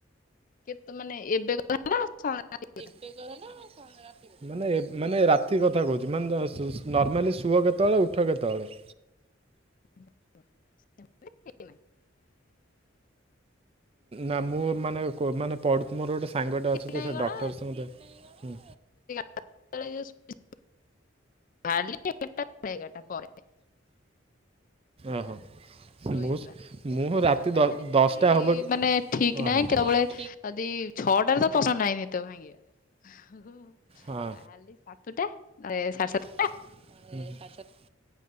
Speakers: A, on the left; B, on the right.
A: କେତେ ମାନେ ଏବେ କଥା <unintelligible> ନା କଥା
B: ଏବେକାର ନା <unintelligible> ମାନେ ମାନେ ରାତି କଥା କହୁଛି ଶୁ-ଶୁ ମାନେ ନର୍ମାଲି ଶୁଅ କେତେବେଳେ ଉଠ କେତେବେଳେ?
A: <unintelligible>
B: ନା ମୁଁ ମାନେ କୋ ମାନେ ପଢ଼ୁ ମୋର ଗୋଟେ ସାଙ୍ଗଟେ ଅଛି
A: ନାଇଁ
B: ତ ସେ
A: କଣ
B: ଡକ୍ଟର ସାଙ୍ଗତେ ହୁଁ।
A: <unintelligible> ଖାଲି କେଟଗଟା ପରେ
B: ଓହୋ।
A: ଶୋଇବା
B: ମୁଁ ମୁଁ ରାତି
A: ଶୋଇବା
B: ଦଶ
A: ସେମିତି
B: ଦଶଟା ହେବ
A: ମାନେ ଠିକ ନାହିଁ
B: ଅହଁ।
A: କେତେବେଳେ ଯଦି ଛଅଟାରେ ତ ପସନ୍ଦ ନାହିଁନି ତ ଭାଙ୍ଗିବାରେ।
B: ହଁ।
A: ତାହେଲେ ସାତଟା ନହେଲେ ସାଢ ସାତ।
B: ନହେଲେ ସାଢ଼େ ସାତ